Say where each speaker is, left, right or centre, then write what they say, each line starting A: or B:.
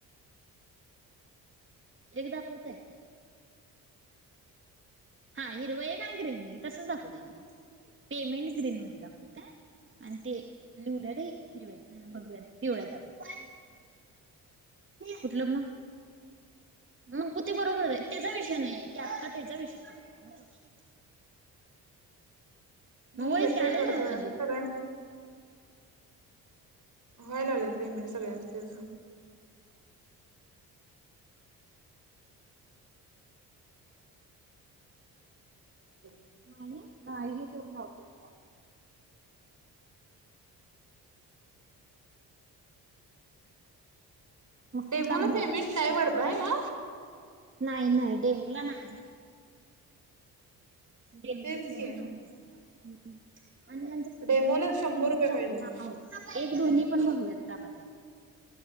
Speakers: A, on the right; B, on the right.
A: एक दाखवतय हा हिरवय एक आणि ग्रीन तसच दाखवत की मग पेमेंट ग्रीन मध्ये दाखवतय. आणि ते लिवल्याले हिरव्यात नाय भगव्यात पिवळ्या दाखवतंय. कुठलं म मग ते बरोबर आहे तेजा विषय नाहीये ते आत्ता त्याचा विषय <unintelligible> मग
B: नाही
A: वयच
B: येतय
A: की आलंय
B: थोड्या
A: नव्ह
B: वेळानी
A: खाली
B: सगळ्यांचं व्हायला लागलेत पेमेंट सगळ्यांच त्याज <unintelligible>
A: नाही नाहीई घेेत मग धावतोय मागे मग
B: डेमोला
A: ते टाक ग्रुपला
B: पेमेंट नाही
A: स्क्रीनशॉट
B: वाढत आहे
A: मारून.
B: ना?
A: नाही नाही डेमोला नाहीये. डेमोला
B: तेच
A: पेमेंट
B: की
A: नाय. आणि <unintelligible>
B: डेमोला शंभर रुपये
A: दाखव
B: पाहिजे होते.
A: ना अहो एक दोन्ही पण भगव्यात दाखवतय.